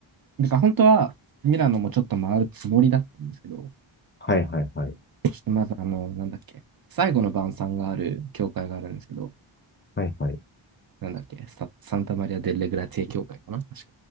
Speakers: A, on the right; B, on the left.
A: だから本当はミラノもちょっと回るつもりだったんですけど、ちょ
B: はいはいはい。
A: っとまずあの、なんだっけ、最後の晩餐がある教会があるんですけど、
B: はいはい。
A: なんだっけ、ササンタマリア・デ・レグラツィエ教会かな確か